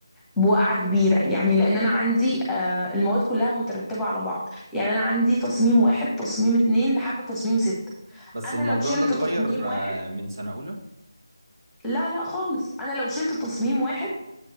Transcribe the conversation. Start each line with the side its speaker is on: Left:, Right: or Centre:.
Centre: بوقعه كبيره يعني لان انا عندي آه، المواد كلها مترتبه على بعض يعني انا عندي تصميم واحد تصميم اتنين لحد تصميم ستة
Right: بس
Centre: انا
Right: الموضوع
Centre: لو شلت
Right: ده اتغير
Centre: تصميم
Right: آه،
Centre: واحد
Right: من سنة أولى
Centre: لا لا خالص انا لو شلت تصميم واحد